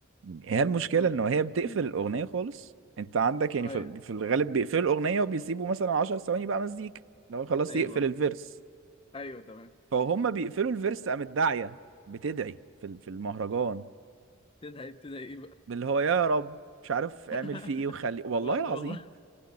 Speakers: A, on the right (about 65°); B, on the left (about 25°).
A: هي
B: المش
A: المشكلة
B: إن-
A: إن هي بتقفل الأغنية خالص انت عندك يعني
B: ايوه
A: في في الغالب بيقفلوا الأغنية وبيسيبوا مثلا 10 ثواني بقى مزيكا لو خلاص
B: ايوه
A: يقفل الفيرس
B: ايوه تمام
A: فهم بيقفلوا الفيرس قامت داعية بتدعي في ال- في المهرجان
B: تدعي بتدعي ايه بقى
A: اللي هو يا رب مش عارف اعمل
B: <laughs>
A: فيه ايه وخلي والله
B: و-
A: العظيم
B: والله